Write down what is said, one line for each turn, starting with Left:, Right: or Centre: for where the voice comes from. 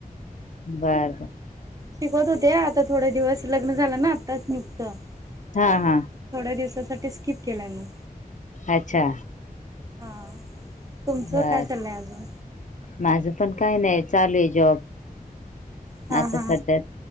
Left: बर बर!
Right: शिकवत होते. आता थोड दिवस लग्न झालं ना आत्ताच नुकतं,
Left: हा
Right: थोड्या
Left: हा
Right: दिवसासाठी स्किप केलाय मग.
Left: अच्छा!
Right: हा तुमचं
Left: बर
Right: काय चाललंय अजून?
Left: माझ पण काही नाही. चालू आहे जॉब
Right: हा
Left: आता
Right: हा.
Left: सध्यात.